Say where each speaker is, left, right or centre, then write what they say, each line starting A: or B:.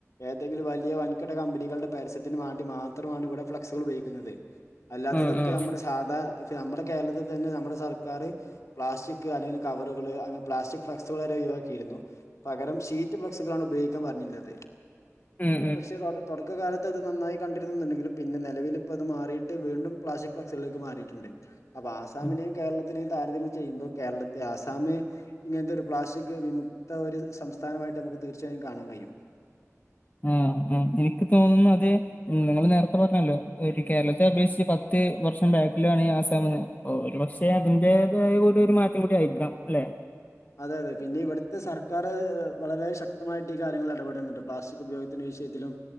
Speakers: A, on the left; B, on the left.
A: ഏതെങ്കിലും വലിയ വൻകിട കമ്പനികളുടെ പരസ്യത്തിനന് വേണ്ടി മാത്രമാണ് ഇവിടെ ഫ്ലക്സുകൾ ഉപയോഗിക്കുന്നത് അല്ലാത്തതൊക്കെ
B: ആഹ് ആഹ്
A: മ്മുടെ സാധാ <unintelligible> നമ്മുടെ കേരളത്തിൽ തന്നെ നമ്മുടെ സർക്കാർ പ്ലാസ്റ്റിക് അല്ലെങ്കിൽ കവറുകള് അ <unintelligible> ഫ്ലക്സുകള വരെ ഒഴി വാക്കിരുന്നു പകരം ഷീറ്റ് ഫ്ലക്സുകളാണ് ഉപയോഗിക്കാൻ പറഞ്ഞിന്നത്
B: ഉം
A: പക്ഷെ തുട തുട <unintelligible> കാലത്ത്ത് നന്നായി കണ്ടിരുന്നുണ്ടങ്കും പിന്നെ നിലവിൽ അത് മാറിയിട്ട് വീണ്ടും പ്ലാസ്റ്റിക് ഫ്ളക്സുകളിലേക്ക് മാറിയിട്ടുണ്ട് അപ്പ ആസാമിനെയും
B: ഉം
A: കേരള താരതമ്യം ചെയ്യുമ്പോൾ കേരളത്തെ ആ സാം ഇങ്ങനത്തെ ഒരു പ്ലാസ്റ്റിക് വിമു ത്ത ഒരു സംസ്ഥാനമായിട്ട് നമുക്ക് തീർച്ചയായും കാണാൻ കഴിയും
B: ആ ആ എനിക്ക് തോന്നുന്നു അതെ <inaudible> നേ പറഞ്ഞല്ലോ ഒരു കേരളത്തെ അബേക്ഷിച്ച് പ <unintelligible> വർഷം ബാക്കിലാണ് ആസാമന്ന് അ ഒരു പക്ഷെ അതിന്റേതായ കൂടി ഒരു മാറ്റം കൂടി ആയിരിക്കാം ല്ലെ
A: അതെ അതെ. പിന്നെ ഇവട്ത്തെ സർക്കാർ വളരെ ശക്തമായിട്ട് ഈ കാര്യങ്ങൾ ഇടപെടുന്നുണ്ട്. പ്ലാസ്റ്റിക് ഉപയോഗത്തിന്റെ വിഷയത്തിലും